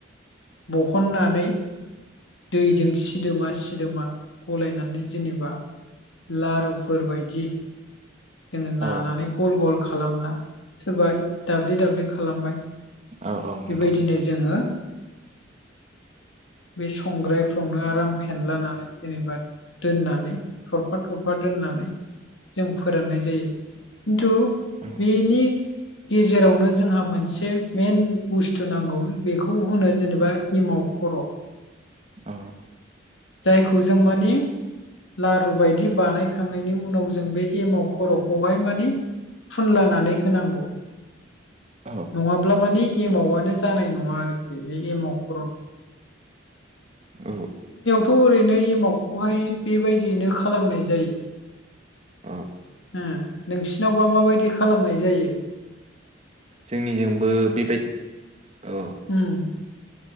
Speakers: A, on the left; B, on the right.
A: बहननानै दैजों सिदोमा सिदोमा गलायनानै जेनेबा लारुफोरबायदि जोङो
B: औ
A: नानानै गल गल खालामना सोरबा दाब्लि दाब्लि खालामबाय
B: औ औ नंगौ
A: बेबायदिनो
B: नोंथां
A: जोङो बे संग्रायफ्रावनो आराम फेनलानानै जेनेबा दोननानै थरफा थरफा दोननानै जों फोराननाय जायो खिन्थु
B: औ
A: बेनि गेजेरावनो जोंहा मोनसे मेन बुस्थु नांगौ बेखौ होनो जेनेबा इमाव खर'
B: औ
A: जायखौ जों मानि लारु बायदि बानायखांनायनि उनाव जों बे एमाव खर'खौहाय माने फुनलानानै होनांगौ।
B: औ
A: नङाब्ला मानि एमावनो जानाय नङा आरोखि बे एमाव खर'
B: औ।
A: थ' ओरैनो एमावखौहाय बेबायदियैनो खालामनाय जायो।
B: औ
A: ओ नोंसिनावबा माबायदि खालामनाय जायो?
B: जोंनिजोंबो बेबायदि औ
A: हम।